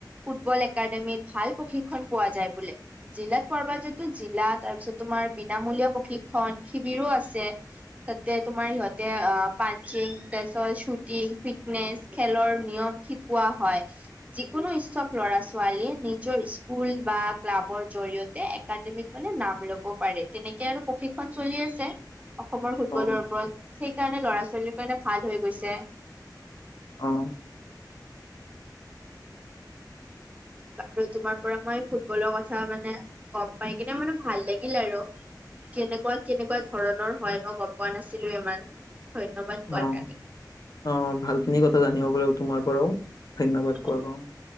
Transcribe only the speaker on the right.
ফুটবল একাডেমীত ভাল প্ৰশিক্ষণ পোৱা যায় বোলে। জিলাত পৰ্বাজত জিলা, তাৰপিছত তোমাৰ বিনামূলীয়া প্ৰশিক্ষণ শিবিৰো আছে। তাতে তোমাৰ সিহঁতে অ পাানচিং, তাপিছত তেচ শ্বুট টিং ফিটনেচ খেলৰ নিয়ম শিকোৱা হয়। যিকোনো ইচ্ছুক ল'ৰা ছোৱালী নিজৰ স্কুল বা ক্লাবৰ জৰিয়তে একাডেমিত মানে নাম ল'ব পাৰে, তেনেকে আৰু প্ৰশিক্ষন চলি আছে। অসমৰ ফুটবলৰ
ওপৰত, সেইকাৰণে ল'ৰা ছোৱালীৰ কাৰণে ভাল হৈ গৈছে।
বাৰু তোমাৰ পৰা মই ফুটবলৰ কথা মানে গ'ম পাই কিনে মানে ভাল লাগিল আৰু। কেনেকুৱা কেনেকুৱা ধৰণৰ হয় মই গ'ম পোৱা নাছিলো ইমান, ধন্যবাদ কোৱাৰ
কাৰণে।
কাৰণে।
অ